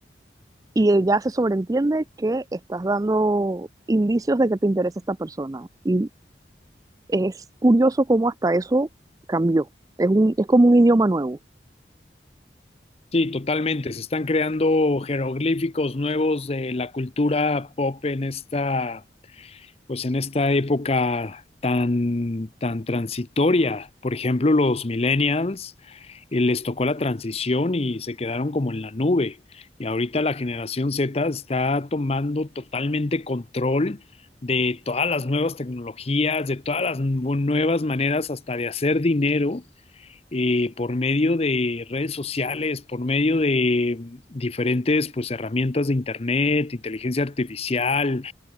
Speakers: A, on the right; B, on the left.
A: Y ya se sobreentiende que estás dando indicios de que te interesa esta persona. Y es curioso cómo hasta eso cambió. Es un, es como un idioma nuevo.
B: Sí, totalmente. Se están creando jeroglíficos nuevos de la cultura pop en esta, pues en esta época tan, tan transitoria. Por ejemplo, los millennials, eh, les tocó la transición y se quedaron como en la nube. Y ahorita la generación Z está tomando totalmente control de todas las nuevas tecnologías, de todas las nu- nuevas maneras hasta de hacer dinero eh, por medio de redes sociales, por medio de mm, diferentes pues, herramientas de internet, inteligencia artificial,